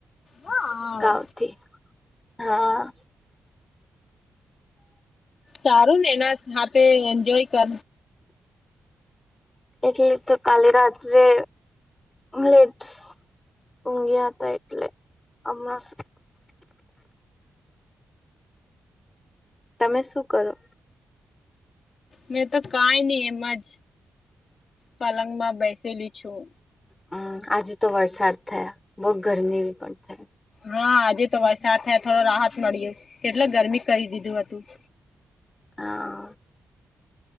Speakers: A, on the left; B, on the left.
A: હા
B: ગાવથી હા,
A: સારુંને એના હાથે એન્જોય કરે.
B: એટલે તો કાલે રાત્રે લેટસ. ઊંઘ્યા હતા એટલે હમણાં, તમે શું કરો,
A: મેં તો કાં ઈ નહી એમ જ પલંગમાં બેસેલી છું.
B: હું આજે તો વરસાદ થયા બહુ ગરમી પણ થયા.
A: હા આજે તો વરસાદ થયા થોડો રાહત મળ્યો, કેટલા ગરમી કરી દીધું હતું.
B: હા <inaudible>